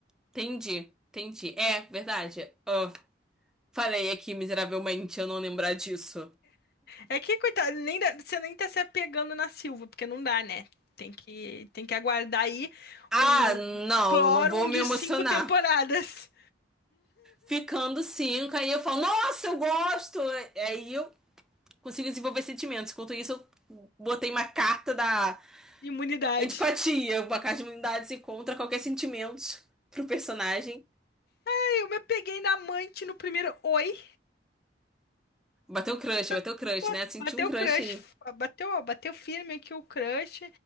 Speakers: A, in the centre; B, on the left.
A: Entendi, entendi. É, verdade. Ah, falei aqui miseravelmente eu não lembrar disso.
B: É que, coitado, nem dá- você nem tá se apegando na Silva, porque não dá, né? Tem que, tem que aguardar aí
A: Ah,
B: um
A: não,
B: Clórum
A: não vou me
B: de
A: emocionar.
B: cinco temporadas.
A: ficando cinco, aí eu falo, nossa, eu gosto! Aí eu consigo desenvolver sentimentos. Enquanto isso, eu botei uma carta da
B: Imunidade.
A: antipatia, uma carta de imunidade contra qualquer sentimento pro personagem.
B: Aí eu me peguei na amante no primeiro oi.
A: Bateu o crush,
B: Eu tô-
A: bateu o crush,
B: tô-
A: né? Senti
B: Bateu
A: um crush
B: o crush.
A: aí.
B: Bateu, bateu firme aqui o crush.